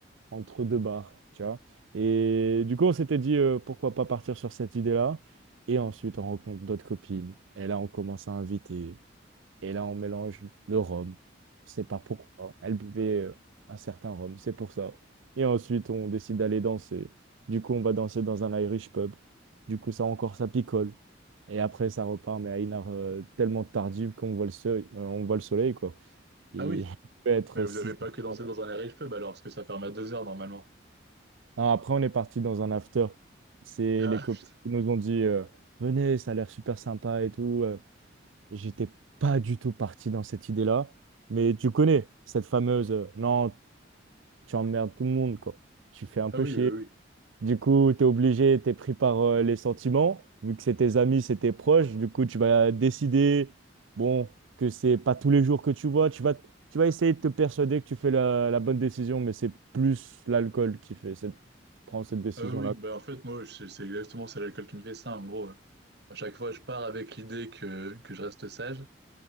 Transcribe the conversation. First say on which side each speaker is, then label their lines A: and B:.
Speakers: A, on the right; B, on the right.
A: entre deux bars, tu vois. Et du coup, on s'était dit euh, pourquoi pas partir sur cette idée-là. Et ensuite, on rencontre d'autres copines. Et là, on commence à inviter. Et là, on mélange le rhum. C'est pas pourquoi. Elle buvait euh, un certain rhum, c'est pour ça. Et ensuite, on décide d'aller danser. Du coup, on va danser dans un Irish pub. Du coup, ça encore, ça picole. Et après, ça repart, mais à une heure euh, tellement tardive qu'on voit le soleil, euh, on voit le soleil, quoi. Et
B: Ah oui,
A: <laughs> il peut être
B: mais vous
A: six.
B: avez pas
A: heures.
B: que
A: du
B: dansé
A: matin.
B: dans un riche pub alors, parce que ça ferme à 2 heures normalement.
A: Non, après, on est parti dans un after. C'est
B: Ah,
A: les copines
B: putain.
A: qui nous ont dit euh, Venez, ça a l'air super sympa et tout. euh. J'étais pas du tout parti dans cette idée-là, mais tu connais cette fameuse euh, non, tu emmerdes tout le monde, quoi. Tu fais un
B: Ah
A: peu
B: oui,
A: chier.
B: oui, oui.
A: Du coup, t'es obligé, t'es pris par euh, les sentiments, vu que c'est tes amis, c'est tes proches. Du coup, tu vas décider, bon, que c'est pas tous les jours que tu vois. Tu vas, tu vas essayer de te persuader que tu fais la, la bonne décision, mais c'est plus l'alcool qui fait cette, qui prend cette décision-là.
B: Ah oui, bah en fait, moi, je- c'est exactement, c'est l'alcool qui me fait ça, en gros. euh. À chaque fois, je pars avec l'idée que, que je reste sage,